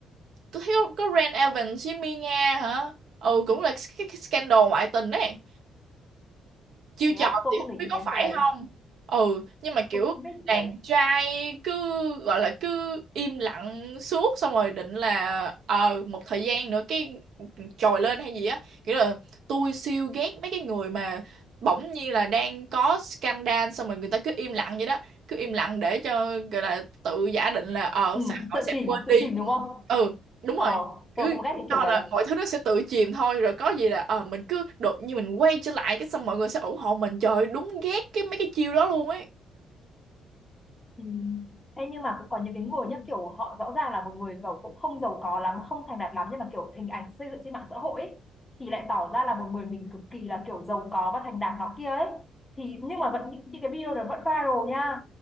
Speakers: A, on the right; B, on the left.
A: tôi thấy có Ren Evans với Mia Nga hả ừ cũng là cái cái scandal ngoại tình đấy chiêu
B: thế á
A: trò
B: tôi
A: thì
B: không
A: không
B: để ý
A: biết có
B: cái
A: phải
B: vụ đấy
A: không ừ nhưng mà kiểu
B: tôi không biết vụ
A: đàn
B: đấy
A: trai cứ gọi là cứ im lặng suốt xong rồi định là ờ một thời gian nữa cái trồi lên hay gì á kiểu là tôi siêu ghét mấy cái người mà bỗng nhiên là đang có scandal xong rồi người ta cứ im lặng vậy đó cứ im lặng để cho gọi là tự giả định là ờ
B: ừ,
A: xã hội
B: tự
A: sẽ
B: chìm
A: quên
B: tự
A: đi
B: chìm đúng không
A: ừ đúng
B: ờ
A: rồi cứ
B: tôi cũng ghét cái kiểu
A: cho
B: đấy
A: là mọi thứ nó sẽ tự chìm thôi rồi có gì là ờ mình cứ đột nhiên mình quay trở lại cái xong mọi người sẽ ủng hộ mình trời ơi, đúng ghét cái mấy cái chiêu đó luôn ấy
B: Ừ. Ê, nhưng mà cũng có những cái người nhá kiểu họ rõ ràng là một người giàu cũng không giàu có lắm không thành đạt lắm nhưng mà kiểu hình ảnh xây dựng trên mạng xã hội ấy, thì lại tỏ ra là một người mình cực kỳ là kiểu giàu có và thành đạt nó kia ấy thì nhưng mà vẫn những, những cái video đó vẫn viral nha